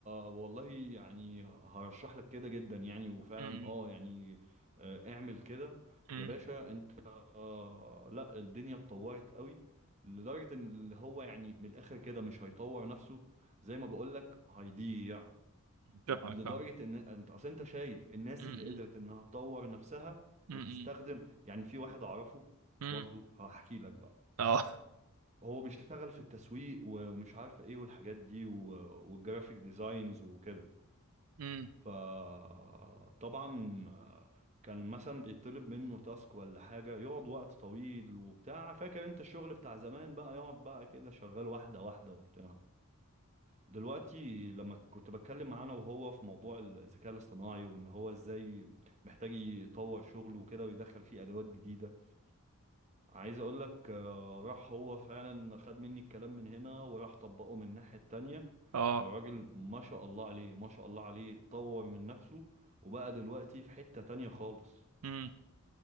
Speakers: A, on the right (about 30°); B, on the right (about 80°).
A: والله يعني هرشح لك كده جدا يعني وفعلا
B: امم
A: اه يعني آه، اعمل كده
B: امم
A: يا باشا انت آه، لا الدنيا اتطورت قوي لدرجة ان اللي هو يعني من الاخر كده مش هيطور نفسه زي ما بقول لك هيضيع
B: فاهمك
A: لدرجة
B: فاهمك
A: ان انت اصل انت شايف الناس
B: امم
A: اللي قدرت انها تطور نفسها
B: امم
A: وتستخدم يعني في واحد اعرفه
B: امم
A: برضو هحكي لك بقى
B: اه
A: هو بيشتغل في التسويق و- ومش عارف ايه والحاجات دي و- والجرافيك ديزاينز وكده
B: امم
A: فطبعا كان مثلا بيطلب منه تاسك ولا حاجة يقعد وقت طويل وبتاع فاكر انت الشغل بتاع زمان بقى يقعد بقى كده شغال واحدة واحدة وبتاع دلوقتي لما كنت بتكلم معاه انا وهو في موضوع الذكاء الاصطناعي وان هو ازاي محتاج يطور شغله وكده ويدخل فيه ادوات جديدة عايز اقول لك آه، راح هو فعلا خد مني الكلام من هنا وراح طبقه من الناحية التانية
B: اه
A: الراجل ما شاء الله عليه ما شاء الله عليه طور من نفسه وبقى دلوقتي في حتة تانية خالص
B: امم